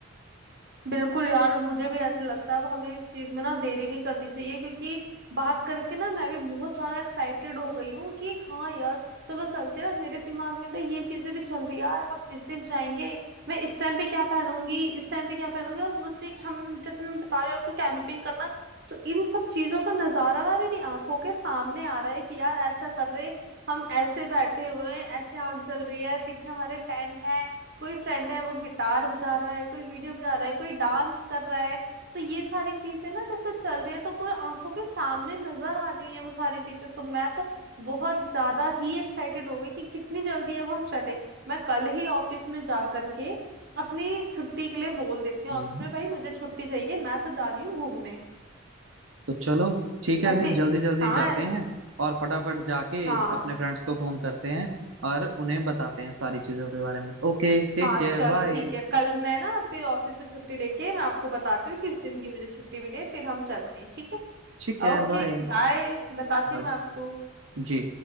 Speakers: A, on the right; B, on the right.
A: बिल्कुल यार मुझे भी ऐसे लगता है अब हमें इस चीज में ना देरी नहीं करनी चाहिए क्योंकि बात करके ना मैं भी बहुत ज्यादा एक्साइटेड हो गई हूँ कि हाँ यार चलो चलते ना मेरे दिमाग में तो ये चीजें भी चल रही है यार हम इस दिन जाएंगे मैं इस टाइम पे क्या पहनूंगी इस टाइम पे क्या पहनूंगी और मुझे हम जैसे मैं बता रही हूँ आपको कैंपिंग करना तो इन सब चीजों का नजारा ना मेरी आंखों के सामने आ रहा है कि यार ऐसा कर रहे हम ऐसे बैठे हुए हैं ऐसे आग जल रही है पीछे हमारे टेंट है कोई फ्रेंड है वो गिटार बजा रहा है कोई वीडियो बजा रहा है कोई डांस कर रहा है तो ये सारी चीजें ना जैसे चल रही है तो पूरे आंखों के सामने नजर आ रही है वो सारी चीजें तो मैं तो बहुत ज्यादा ही एक्साइटेड हो गई कि कितनी जल्दी अब हम चले मैं कल ही ऑफिस में जा करके अपनी छुट्टी के लिए बोल देती हूँ
B: हम्म।
A: ऑफिस में भाई मुझे छुट्टी चाहिए मैं तो जा रही हूँ घूमने
B: तो चलो ठीक है
A: ऐसे
B: फिर जल्दी जल्दी
A: हाँ
B: जाते
A: ऐस-
B: हैं और फटाफट जाके
A: हाँ
B: अपने फ्रेंड्स को फोन करते हैं और उन्हें बताते हैं सारी चीजों के बारे में Okay take
A: हाँ
B: care
A: चलो
B: bye
A: ठीक है कल मैं ना फिर ऑफिस से छुट्टी लेके मैं आपको बताती हूँ किस दिन की मुझे छुट्टी मिली है फिर हम चलते हैं ठीक है
B: ठीक है
A: ओके
B: बाय
A: बाय बताती
B: बाय
A: हूँ मैं आपको
B: जी